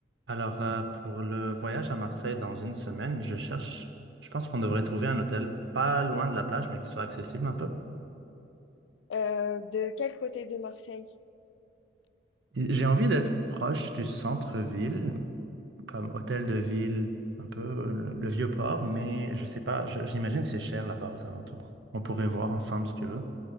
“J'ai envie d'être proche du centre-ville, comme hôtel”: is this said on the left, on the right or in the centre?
Right